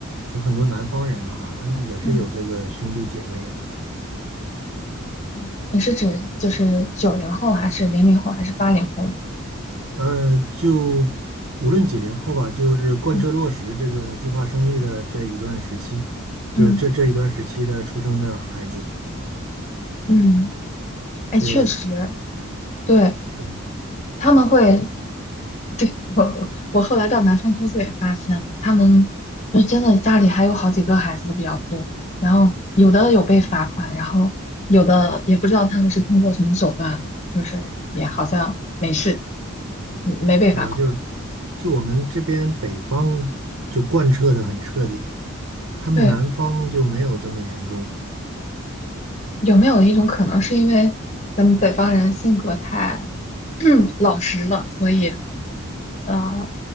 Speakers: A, on the right; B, on the left.
A: 有很多南方人哈，他们也是有这个兄弟姐妹的。
B: 嗯嗯你是指就是九零后，还是零零后，还是八零后吗？
A: 呃，就无论几零后吧，就是贯彻落实这个计划生育的这一段时期，
B: 嗯
A: 就是这这一段时期的出生的孩子，
B: 嗯嗯，哎，
A: 对，
B: 确实，对，
A: 是吧？
B: 他们会。对，我我后来到南方工作也发现了，他们就真的家里还有好几个孩子比较多，然后有的有被罚款，然后有的也不知道他们是通过什么手段，就是也好像没事，嗯没被罚款。
A: 是吧？就是就我们这边北方就贯彻的很彻底。他们南方就没有这么严重。
B: 对，有没有一种可能是因为咱们北方人性格太 <clears throat> 老实了，所以呃